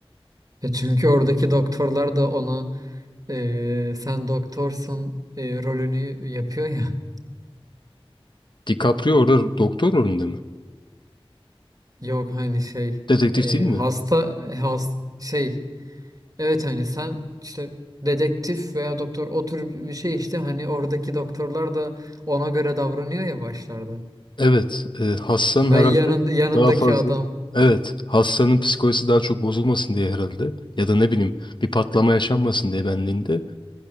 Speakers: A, on the right (about 40°); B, on the left (about 55°).
A: E çünkü oradaki doktorlar da ona e, sen doktorsun e, rolünü yapıyor ya.
B: DiCaprio orada doktor rolünde mi?
A: Yok hani şey
B: Detektif
A: e,
B: değil mi?
A: hasta e, has şey evet hani sen işte dedektif veya doktor o tür bir şey işte hani oradaki doktorlar da ona göre davranıyor ya başlarda.
B: Evet. e, Hassan
A: Ve
B: herhalde
A: yanın, yanındaki
B: daha fazla...
A: adam
B: Evet. Hassan'ın psikolojisi daha çok bozulmasın diye herhalde. Ya da ne bileyim bir patlama yaşanmasın diye benliğinde.